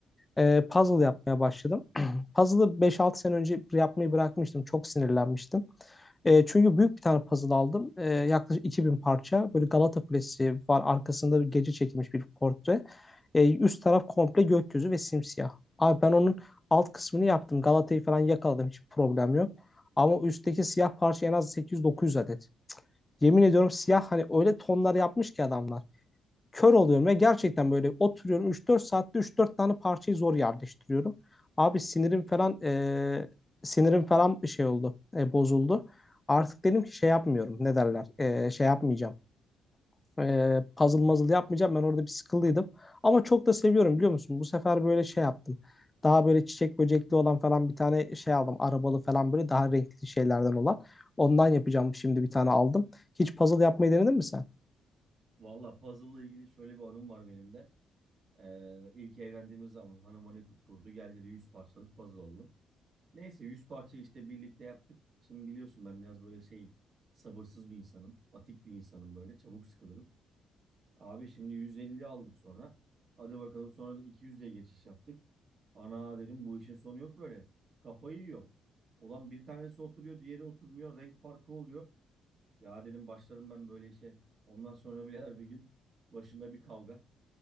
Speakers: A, on the left (about 15°); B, on the right (about 50°).
A: Ee, puzzle yapmaya başladım. <clears throat> Puzzle'ı beş altı sene önce yapmayı bırakmıştım. Çok sinirlenmiştim. Ee, çünkü büyük bir tane puzzle aldım. Ee, yaklaşık iki bin parça. Böyle Galata Kulesi var. Arkasında bir gece çekilmiş bir portre. Ee, üst taraf komple gökyüzü ve simsiyah. Abi ben onun alt kısmını yaptım. Galata'yı falan yakaladım. hiçbir problem yok. Ama üstteki siyah parça en az 800-900 adet. Yemin ediyorum siyah hani öyle tonlar yapmış ki adamlar kör oluyorum ve gerçekten böyle oturuyorum üç dört saatte üç dört tane parçayı zor yerleştiriyorum. Abi sinirim falan e, sinirim falan bir şey oldu, e, bozuldu. Artık dedim ki şey yapmıyorum, ne derler, e, şey yapmayacağım. E, puzzle muzzle yapmayacağım. Ben orada bir sıkıldıydım.
B: Hı hı.
A: Ama çok da seviyorum biliyor musun? Bu sefer böyle şey yaptım. Daha böyle çiçek böcekli olan falan bir tane şey aldım. Arabalı falan böyle daha renkli şeylerden olan. Ondan yapacağım şimdi bir tane aldım. Hiç puzzle yapmayı denedin mi sen?
B: Valla puzzle'la ilgili şöyle bir anım var benim de. Ee, ilk evlendiğimiz zaman hanıma ne tutturdu? Gel dedi 100 parçalık puzzle alalım. Neyse 100 parça işte birlikte yaptık. Şimdi biliyorsun ben biraz böyle şeyim. Sabırsız bir insanım. Atik bir insanım böyle. Çabuk sıkılırım. Abi şimdi 150 aldık sonra. Hadi bakalım sonra da 200'e geçiş yaptık. Ana dedim bu işin sonu yok böyle. Kafayı yiyor. Ulan bir tanesi oturuyor, diğeri oturmuyor. Renk farkı oluyor. Ya dedim başladım ben böyle işe. Ondan sonra birader bir gün başında bir kavga.